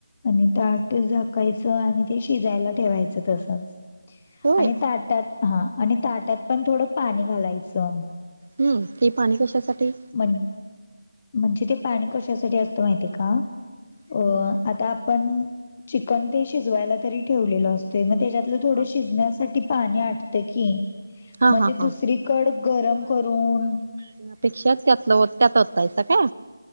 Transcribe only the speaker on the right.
हम्म.
होय
हम्म, ते पाणी कशासाठी?
हम्म.
हा
हा
हा
हा
त्या पेक्षा त्यातलं -त्यात होतायच का?